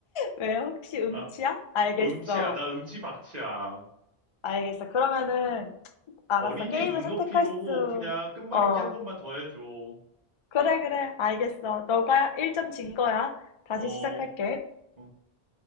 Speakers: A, on the left; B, on the right.
A: 왜요? 혹시 음치야?
B: 아,
A: 알겠어.
B: 음치야. 나 음치 박치야.
A: 알겠어. 그러면은, 알았어.
B: 어린이
A: 게임을
B: 눈높이로
A: 선택할 수,
B: 그냥 끝말잇기
A: 어.
B: 한 번만 더 해줘. 어,
A: 그래, 그래. 알겠어. 너가 1점 진 거야. 다시
B: 어,
A: 시작할게.
B: 어.